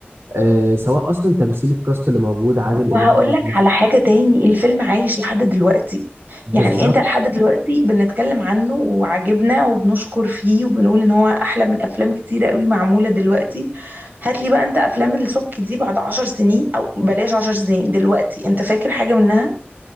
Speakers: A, on the right (about 80°); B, on the right (about 45°).
A: آه، سواء اصلا تمثيل الكاست اللي موجود عادل
B: وهقول
A: امام والناس-
B: لك على حاجه تاني الفيلم عايش لحد دلوقتي
A: بالظبط
B: يعني انت لحد دلوقتي بنتكلم عنه وعجبنا وبنشكر فيه وبنقول ان هو احلى من افلام كتيره قوي معموله دلوقتي هات لي بقى انت افلام السبكي دي بعد عشر سنين او بلاش عشر سنين دلوقتي انت فاكر حاجه منها